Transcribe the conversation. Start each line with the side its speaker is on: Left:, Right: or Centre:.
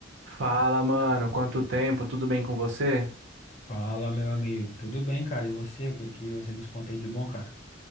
Right: Fala, mano, quanto tempo? Tudo bem com você?
Left: Fala, meu amigo. Tudo bem, cara? E você? O que que você nos conta aí de bom, cara?